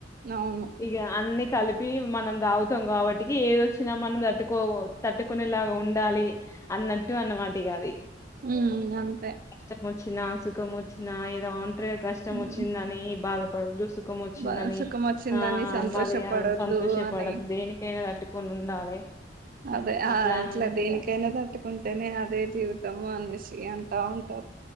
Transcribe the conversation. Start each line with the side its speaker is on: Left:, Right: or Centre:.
Right: అవును
Left: ఇక అన్ కలిపి మనం తాగుతాం కాబట్టికి ఏదొచ్చినా మనం తట్టుకో తట్టుకునేలాగా ఉండాలి అన్నట్టు అన్నమాటి కా అది
Right: ఉమ్ అంతే
Left: కష్టం వచ్చినా సుఖం వచ్చ నా ఏదో కష్టం
Right: ఉమ్
Left: వచ్చిందని బాధ ప ం వచ్చిందని
Right: బా సుఖం వచ్చిందని
Left: ఆ
Right: సంతోషపడద్దు
Left: మరి సంతోషపడద్దు
Right: అని
Left: దేనికైనా తట్టుకొని ఉండాలి
Right: అదే ఆ
Left: అట్లా అని
Right: ఇట్లా
Left: అంటారుగా
Right: దేనికైనా తట్టుకుంటేనే అదే జీవితము అని ఎంత ఉంటారు